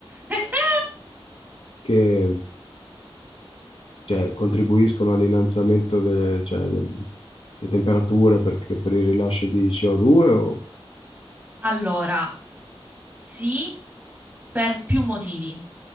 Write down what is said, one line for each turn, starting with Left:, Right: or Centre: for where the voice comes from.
Right: <laughs>
Left: che, cioè, contribuiscono all'innalzamento de- cioè, del- delle temperature perché- per il rilascio di CO2 o due o
Right: Allora, sì, per più motivi.